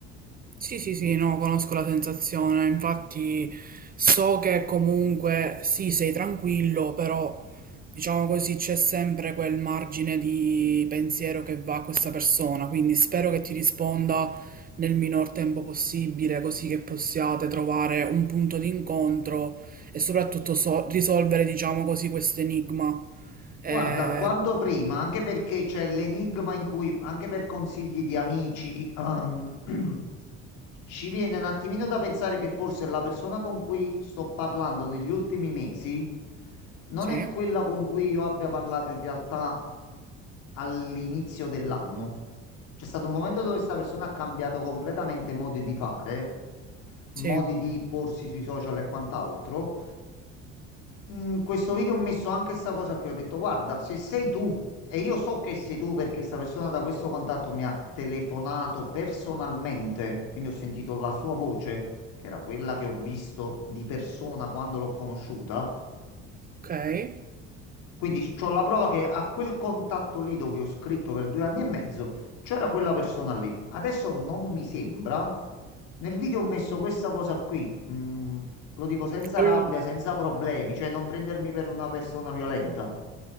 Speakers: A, on the right (about 25°); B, on the left (about 70°).
A: Sì, sì, sì, no, conosco la sensazione, infatti so che comunque sì, sei tranquillo, però diciamo così c'è sempre quel margine di pensiero che va a questa persona, quindi spero che ti risponda nel minor tempo possibile, così che possiate trovare un punto di incontro e soprattutto so- risolvere, diciamo così, questo enigma. Eh,
B: Guarda, quanto prima, anche perché c'è l'enigma in cui, anche per consigli di amici, ehm, <clears throat> ci viene un attimino da pensare che forse la persona con cui sto parlando negli ultimi mesi non
A: sì,
B: è quella con cui io abbia parlato in realtà all'inizio dell'anno. C'è stato un momento dove questa persona ha cambiato completamente modi di fare, modi
A: sì,
B: di porsi sui social e quant'altro in questo video ho messo anche questa cosa qui. Ho detto, guarda, se sei tu, e io so che sei tu perché questa persona da questo contatto mi ha telefonato personalmente, quindi ho sentito la sua voce, che era quella che ho visto di persona quando l'ho conosciuta.
A: ok.
B: Quindi c'ho la prova che a quel contatto lì dove ho scritto per due anni e mezzo c'era quella persona lì. Adesso non mi sembra. Nel video ho messo questa cosa qui. mm, lo dico senza
A: Ehm,
B: rabbia, senza problemi, cioè non prendermi per una persona violenta. Ho